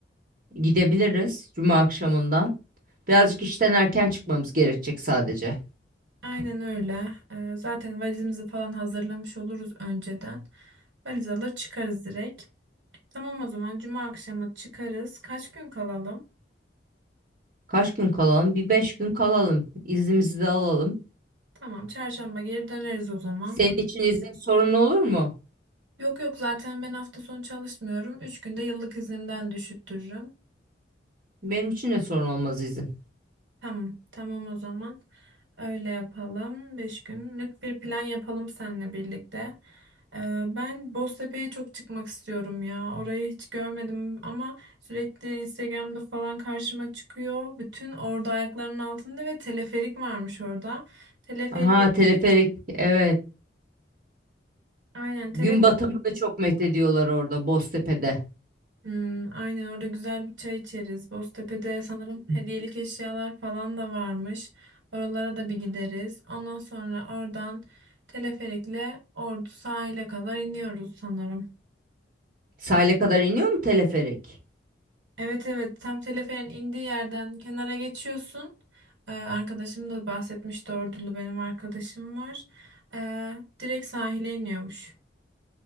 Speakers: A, on the right; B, on the right.
A: gidebiliriz cuma akşamından. Birazcık işten erken çıkmamız gerekecek sadece.
B: Aynen öyle. Ee, zaten valizimizi falan hazırlamış oluruz önceden. Valiz alır çıkarız direkt. Tamam o zaman Cuma akşamı çıkarız. Kaç gün kalalım?
A: Kaç gün kalalım? Bir beş gün kalalım. İznimizi de alalım.
B: Tamam Çarşamba geri döneriz o zaman.
A: Senin için izin sorun olur mu?
B: Yok yok zaten ben hafta sonu çalışmıyorum. 3 günde yıllık iznimden düşüttürürüm.
A: Benim için de sorun olmaz izin.
B: Tamam, tamam o zaman. Öyle yapalım. Beş günlük bir plan yapalım seninle birlikte. Ee, ben Boztepe'ye çok çıkmak istiyorum ya. Orayı hiç görmedim ama sürekli Instagram'da falan karşıma çıkıyor. Bütün orada ayaklarının altında ve teleferik varmış orada. Teleferiğe
A: Aha teleferik
B: binip,
A: evet.
B: aynen teleferiğe
A: Gün batımını çok methediyorlar orada Boztepe'de.
B: Hmm, aynen orada güzel bir çay içeriz. Boztepe'de sanırım hediyelik eşyalar falan da varmış. Oralara da bir gideriz. Ondan sonra oradan teleferikle Ordu sahile kadar iniyoruz sanırım.
A: Sahile kadar iniyor mu teleferik?
B: Evet evet tam teleferin indiği yerden kenara geçiyorsun. Ee, arkadaşım da bahsetmişti Ordulu benim arkadaşım var. Ee, direkt sahile iniyormuş.